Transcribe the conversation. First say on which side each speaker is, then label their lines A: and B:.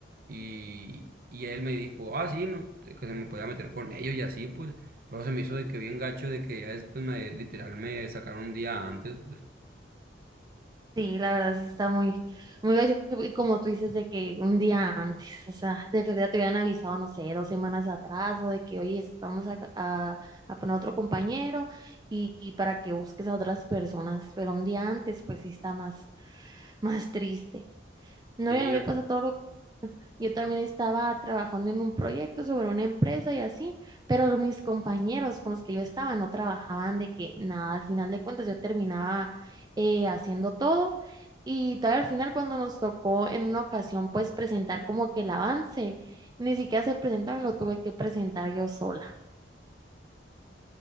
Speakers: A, on the right; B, on the right.
A: Y, y él me dijo, ah, sí, no, que se me podía meter con ellos y así, pues. Pero se me hizo de que bien gacho, de que ya después me, literal, me sacaron un día antes, pues.
B: Sí, la verdad sí está muy, muy gacho. Y como tú dices, de que un día antes, o sea, de verdad te hubieran avisado, no sé, dos semanas atrás, o de que, oye, es- vamos a, a, a poner otro compañero y, y para que busques a otras personas. Pero un día antes, pues sí está más, más triste. No,
A: Sí,
B: y a mí me pasa todo lo Yo también estaba trabajando en un proyecto sobre una empresa y así, pero mis compañeros con los que yo estaba no trabajaban de que nada, al final de cuentas yo terminaba eh, haciendo todo y todavía al final cuando nos tocó en una ocasión pues presentar como que el avance, ni siquiera se presentaron, lo tuve que presentar yo sola,